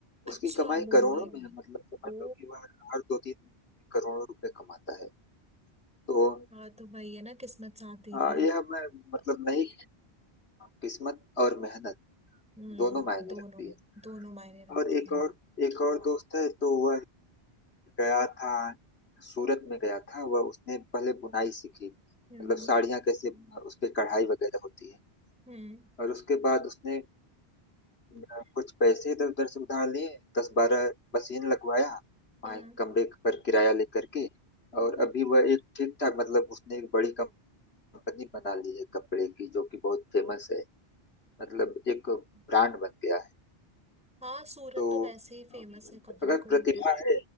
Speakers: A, in the centre; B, on the left.
A: अच्छा
B: उसकी कमाई
A: मुंबई
B: करोड़ों
A: में
B: में है मतलब समझ
A: ओ
B: लो कि वह हर दो तीन महीने में करोड़ों रुपए कमाता है तो
A: हाँ तो वही है ना किस्मत साथ दे
B: आ,
A: रही है
B: यह मैं मतलब नहीं किस्मत और मेहनत
A: हम्म
B: दोनों मायने
A: दोनों
B: रखती है
A: दोनों मायने रखते
B: और एक
A: हैं
B: और एक और दोस्त है तो वह गया था सूरत में गया था वह उसने पहले बुनाई सीखी
A: हम्म
B: मतलब
A: हम्म
B: साड़ियाँ कैसे उस पे कढ़ाई वगैरह होती है
A: हम्म
B: और उसके बाद उसने मैं कुछ पैसे इधर उधर से उधार लिए दस बारह मशीन लगवाया
A: हम्म।
B: वहाँ एक कमरे पर किराया लेकर के और अभी वह एक ठीक ठाक मतलब उसने एक बड़ी कंपनी बना ली है कपड़े की जो कि बहुत फेमस है मतलब एक ब्रांड बन गया है
A: हाँ सूरत
B: तो
A: तो वैसे ही फेमस है कपड़े
B: अगर
A: को लेकर
B: प्रतिभा है